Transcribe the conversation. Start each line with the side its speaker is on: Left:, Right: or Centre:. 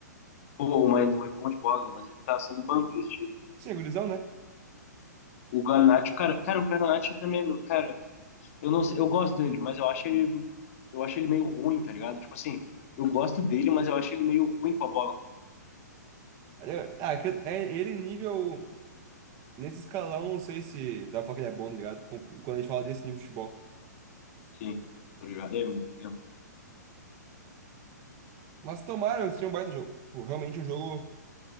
Left: Pô, mas não é bom de bola, meu. Mas ele tá sendo banco desse time.
Right: Sim, é gurizão, né?
Left: O Garnacho, cara, cara, o Garnacho também, meu. Cara, eu não sei. Eu gosto dele, mas eu acho ele. Eu acho ele meio ruim, tá ligado? Tipo assim, eu gosto dele, mas eu acho ele meio ruim com a bola.
Right: É- Ah, que- é ele nível. Nesse escalão, não sei se dá pra falar que ele é bom, tá ligado? Com- Quando a gente fala desse nível de futebol.
Left: Sim, tá ligado? É, eu entendo.
Right: Mas tomara, eles tinham um baita jogo. Tipo, Realmente um jogo,